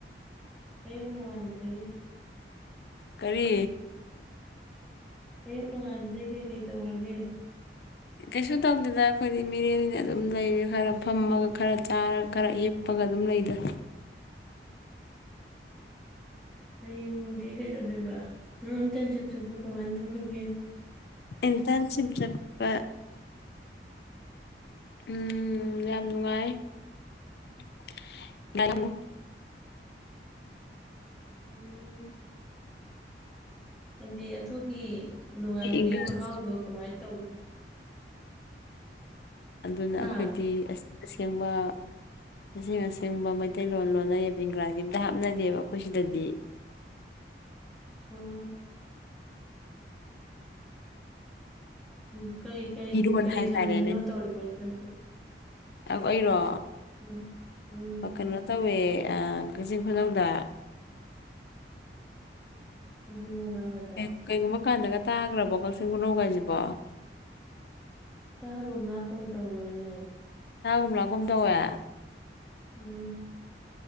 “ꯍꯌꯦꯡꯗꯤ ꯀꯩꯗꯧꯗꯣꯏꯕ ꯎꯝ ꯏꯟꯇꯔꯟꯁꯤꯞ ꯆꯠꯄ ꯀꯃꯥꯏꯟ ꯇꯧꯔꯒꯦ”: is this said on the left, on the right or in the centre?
Centre